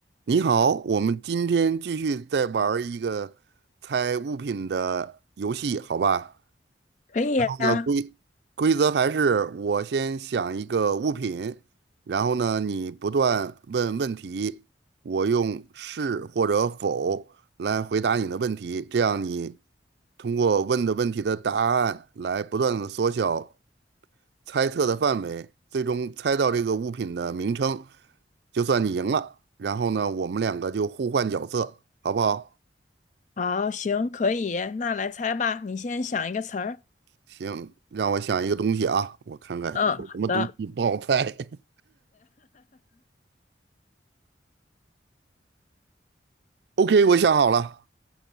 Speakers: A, on the right; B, on the left.
A: 你好，我们今天继续再玩儿一个猜物品的游戏，好吧？
B: 可以呀，
A: 那规规则还是我先想一个物品，然后呢，你不断问问题，我用是或者否来回答你的问题，这样你通过问的问题的答案来不断的缩小猜测的范围，最终猜到这个物品的名称，就算你赢了。然后呢，我们两个就互换角色，好不好？
B: 好，行，可以，那来猜吧，你先想一个词儿。
A: 行，让我想一个东西啊，我看看有什么东西不好猜。
B: 嗯，好的，
A: <laughs> OK，我想好了，